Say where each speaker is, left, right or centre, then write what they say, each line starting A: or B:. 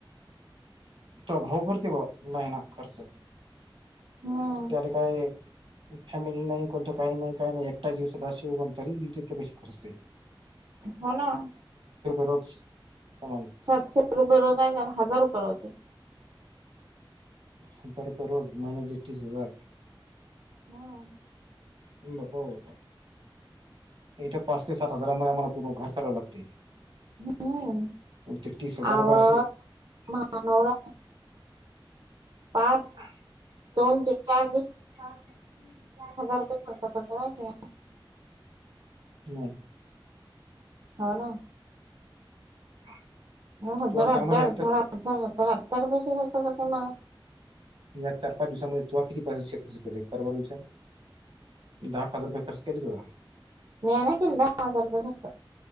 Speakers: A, on the right (about 70°); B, on the right (about 55°).
A: त भाऊ करते ब लाईना खर्च
B: हम्म
A: त्याला काय फॅमिली नाही कोणतं काही नाही काही नाही एकटा जीवसदश्य कोण तरीथपेक्ष कस्?
B: हो ना.
A: रोज कमाई
B: सातशे रुपये रोज नाही हजार रुपये रोज आहे.
A: हजार रुपये रोज महिनचे तीस हजार.
B: <inaudible>
A: हब प- इथे पाच ते सात हजार ममध्ये आ्हाला पूर्ण घर चालावं लागते.
B: हम्म
A: ते तीस हजार
B: आव
A: रपय असल.
B: महानवरा पाच
A: हा दोन
B: दोन
A: ते च पाच
B: चार दिवस
A: ते तीन चार हजार
B: रुपये
A: खर्.
B: खर्च करते माहितीये
A: हम.
B: हो. ना
A: <inaudible>
B: हधर
A: तुला
B: हध
A: सांग बरं
B: अधड
A: हप्त्यात
B: अध आधर पैसे खर्च करते मला.
A: या चार पाच दिवसामध्ये तु किती पैसे केले कर बर विचार. दहा हजार रुपये खर्च केले तुला
B: मी आहे. ना केली दहा हजार रुपये खर्च.